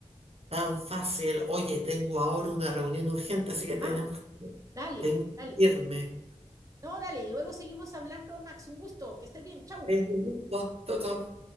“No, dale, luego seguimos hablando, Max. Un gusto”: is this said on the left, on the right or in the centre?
Right